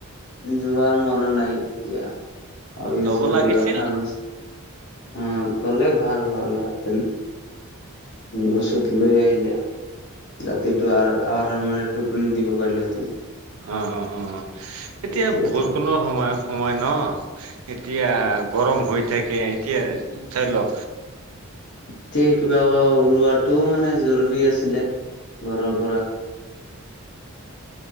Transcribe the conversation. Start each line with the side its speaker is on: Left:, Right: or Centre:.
Left: যোৱাৰ মন নাই এতিয়া। আৰু
Right: ল'ব
Left: আছো
Right: লাগিছিল
Left: কিবা কাৰণ আছে। অ গলে ভাল হ'লতেন লচুত লৈ আহিল। এতিয়া ৰাতিটো টোপনি দিব পাৰিলে হেঁতেন
Right: অ অ অ এতিয়া
Left: এতিয়াতো
Right: বৰষুণৰ সময় সময় ন এতিয়া গৰম হৈ থাকে এতিয়া ধৰি লওক
Left: এতিয়া কিবা ওলোৱাটোও মানে জৰুৰী আছিলে ঘৰৰ পৰা